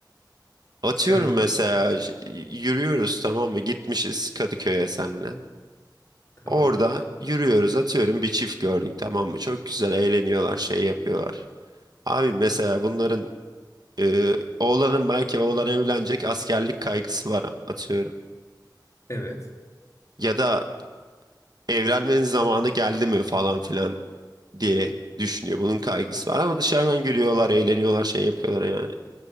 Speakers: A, on the right (about 60°); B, on the left (about 40°).
A: Atıyorum
B: Dışarıdan
A: mesela
B: basın.
A: j- yürüyoruz tamam mı? Gitmişiz Kadıköy'e senle.
B: Tamam.
A: Orada yürüyoruz atıyorum bir çift gördük tamam mı? Çok güzel eğleniyorlar şey yapıyorlar. Abi mesela bunların e, oğlanın belki oğlan evlenecek askerlik kaygısı var atıyorum.
B: Evet.
A: Ya da evlenmenin zamanı geldi mi falan filan diye düşünüyor. Bunun kaygısı var ama dışarıdan gülüyorlar eğleniyorlar şey yapıyorlar yani.